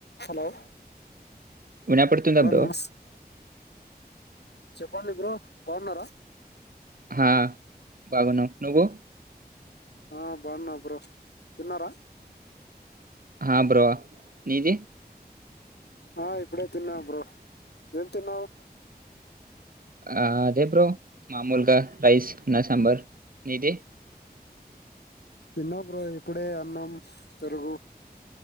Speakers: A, on the left (about 85°); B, on the right (about 60°).
A: Hello
B: వినపడుతుందా
A: hello
B: bro?
A: నమస్తే చెప్పండి ఇ బ్రో బాగున్నారా
B: హా బగున నువు
A: ఆ బాగున్నా బ్రో తిన్నారా
B: ఆ బ్రో నీది
A: ఆ ఇప్పుడే తిన్నావు బ్రో ఏం తిన్నావు
B: ఆ అదే బ్రో మామూలుగా రైస్ నా సాంబార్ నిది
A: తిన్న బ్రో ఇప్పుడే అన్నం పెరుగు